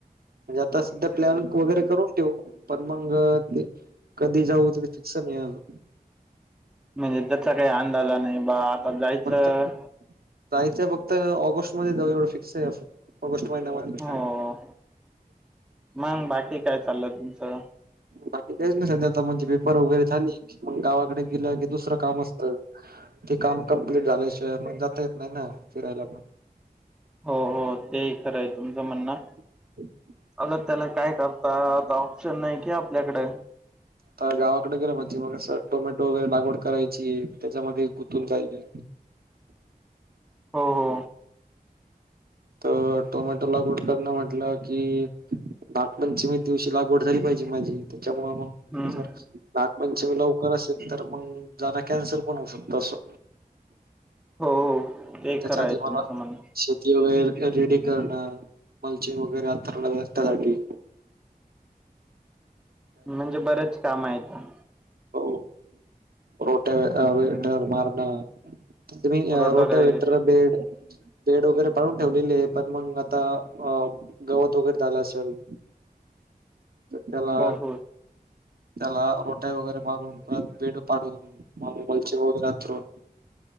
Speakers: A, on the right; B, in the centre.
A: म्हणजे आता सध्या प्लॅन वगैरे करून ठेवू पण मग ते. कधी जाऊ तरी फिक्स नाही आल.
B: म्हणजे त्याचा काही अंदाजा नाही बा आता जायचं.
A: फक्त जायचं फक्त ऑगस्ट मध्ये जाऊ एवढं फिक्स आहे ऑगस्ट महिन्यामध्ये.
B: हो मग बाकी काय चाललं तुमचं.
A: बाकी काहीच नाही सध्या आता म्हणजे पेपर वगैरे झाली मग गावाकडे गेलं की दुसरं काम असत. ते काम कंप्लीट झाल्याशिवाय म्हण जाता येत नाही ना फिरायला पण.
B: हो हो तेही कराय तुमचं म्हणण.
A: <inaudible>
B: अग त्याला काय करता आता ऑप्शन नाही कि आपल्याकडे.
A: तर गावाकडे गेल म्हजे मग अस टोमॅटो वगैरे लागवड करायची त्याच्यामध्ये गुथून जायची.
B: हो हो.
A: तर टोमॅटो लागवड करणं म्हटलं की. नागपंचमी दिवशी लागवड झाली पाहिजे माझी त्याच्यामु मग.
B: हम्म
A: जर नागपंच मी लवकर असेल तर मग जाना कॅन्सल पण होऊ शकत असं.
B: हो हो ते
A: त्याच्या
B: खरं
A: आधी
B: आहे
A: मला
B: तुमचं म्हण
A: श. वगैरे रेडी करणं मलचे वगैरे अतरण रस््यासाठी.
B: म्हणजे बरेच काम आहे का.
A: हो रोट्या वेटर मारण. तुम्ही
B: रोटर
A: रोट
B: वगैरे
A: वेटर बेड. बेड वगैरे पाडून ठेवलेली आहे पण मग आता गवत वगैरे झाला असेल. चला.
B: हो हो
A: त्याला रोटाई वगैरे मारून परत बेड पाडून वलचे वगैरे अतरून.